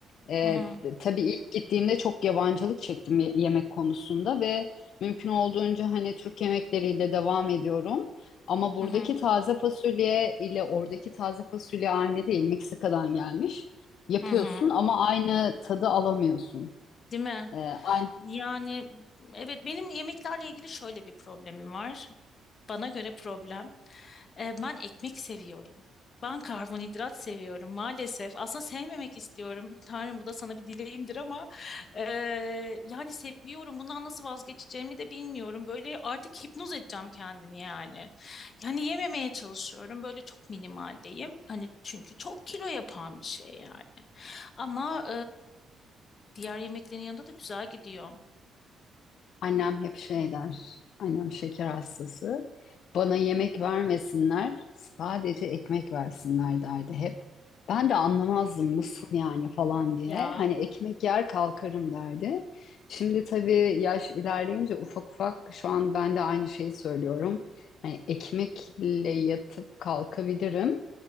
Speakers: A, on the left; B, on the left.
A: Ee,
B: Hı hı,
A: t- tabii ilk gittiğimde çok yabancılık çektim ye- yemek konusunda ve mümkün olduğunca hani Türk yemekleriyle devam ediyorum. Ama buradaki
B: hı hı,
A: taze fasulye ile oradaki taze fasulye aynı değil. Meksika'dan gelmiş. Yapıyorsun
B: hı hı.
A: ama aynı tadı alamıyorsun.
B: Değil mi?
A: Ee, aynı,
B: Yani evet benim yemeklerle ilgili şöyle bir problemim var. Bana göre problem. E, ben ekmek seviyorum. Ben karbonhidrat seviyorum maalesef. Aslında sevmemek istiyorum. Tanrım bu da sana bir dileğimdir ama e, yani seviyorum. Bundan nasıl vazgeçeceğimi de bilmiyorum. Böyle artık hipnoz edeceğim kendimi yani. Yani yememeye çalışıyorum. Böyle çok minimaldeyim. Hani çünkü çok kilo yapan bir şey yani. Ama e, diğer yemeklerin yanında da güzel gidiyor.
A: Annem hep şey der. Annem şeker hastası. Bana yemek vermesinler, sadece ekmek versinler derdi hep. Ben de anlamazdım
B: Evet.
A: nasıl yani falan diye.
B: Ya
A: Hani ekmek yer kalkarım derdi. Şimdi tabii yaş ilerleyince ufak ufak şu an ben de aynı şeyi söylüyorum. Hani ekmekle yatıp kalkabilirim.